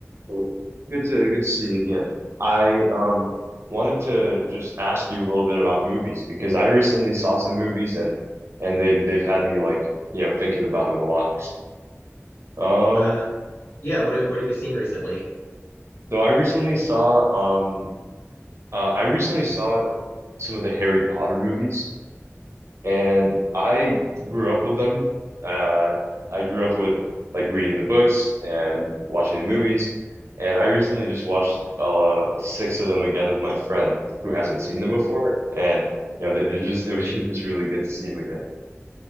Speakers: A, on the right; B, on the left.
A: Well, Good to good to see you again. I um wanted to just ask you a little bit about movies because I recently saw some movies and and they've they've had me like, you know, thinking about them a lot. Um
B: Uh, yeah, what have, what have you seen recently?
A: so I recently saw um uh I recently saw some of the Harry Potter movies. And I grew up with them. Uh, I grew up with like reading the books and watching the movies. And I recently just watched uh six of them again with my friend who hasn't seen them before. And you know, they they just it was <laughs> just really good to see them again.